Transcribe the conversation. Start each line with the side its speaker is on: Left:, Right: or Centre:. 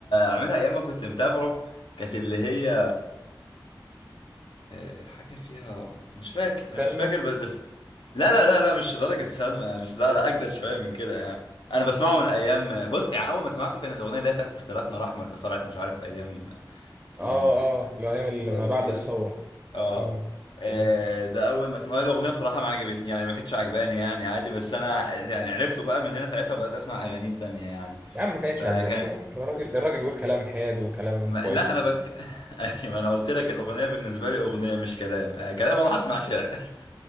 Left: عملها ايام ما كنت متابعه كانت اللي هي آه، حاجه فيها مش فاكر
Right: سلمى
Left: أنا مش فاكر بس بس- لا لا لا لا مش درجه سلمى مش لا لا اجدد شويه من كده يعني انا بسمعه من ايام بص يعني اول ما سمعته كان الاغنيه اللي هي بتاعت في اختلافنا الاحمر كانت طلعت مش عارف ايام
Right: اه
Left: يم
Right: اه اللي هو ايام
Left: وين
Right: ما
Left: وكده
Right: بعد الثورة
Left: اه
Right: امم
Left: آه،
Right: فهمت
Left: ده اول ما سمعت الاغنيه بصراحه ما عجبتني يعني ما كانتش عجباني يعني عادي بس انا يعني عرفته بقى من هنا ساعتها بدات اسمع اغاني تانية يعني
Right: يا عم ما كانتش
Left: فكان
Right: عاجباك ليه يا عم الراجل الراجل بيقول كلام حيادي وكلام
Left: ما...
Right: كويس
Left: لا انا بتك...
Right: جدا
Left: <laughs> أيوة، ما انا قلت لك الاغنيه بالنسبه لي اغنيه مش كلام آه، كلام اروح اسمع شعر <laughs>